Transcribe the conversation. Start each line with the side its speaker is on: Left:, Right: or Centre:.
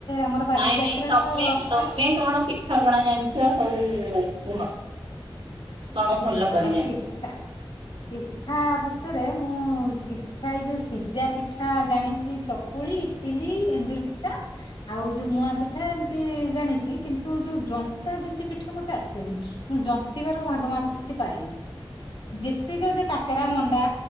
Left: ଆମର ବାଲିଯାତ୍ରା
Right: ନାଇଁ ନାଇଁ ତମେ
Left: ତ ଆଉ
Right: ତମେ କଣ ପିଠା ପଣା ଜାଣିଛ ସବୁ କୁହ। କଣ ଭଲ
Left: ଆଉ
Right: କରି ଜାଣିଛ?
Left: ପିଠା ପିଠା ଭିତରେ ମୁଁ ପିଠା ଏଇ ଯୋଉ ସିଜା ପିଠା ଜାଣିଛି ଚକୁଳି ଇଟିଲି ଏଣ୍ଡୁରି ପିଠା। ଆଉ ଯୋଉ ମୁଆଁ ପିଠା ଏମିତି ଜାଣିଛି କିନ୍ତୁ ଯୋଉ ଜନ୍ତା ଜନ୍ତି ପିଠା ମତେ ଆସେନି। ମୁଁ ଜନ୍ତିବାର ଭାଗ ମାପ କିଛି ପାଇନି ଯେତିକ ଯେ କାକେରା ମଣ୍ଡା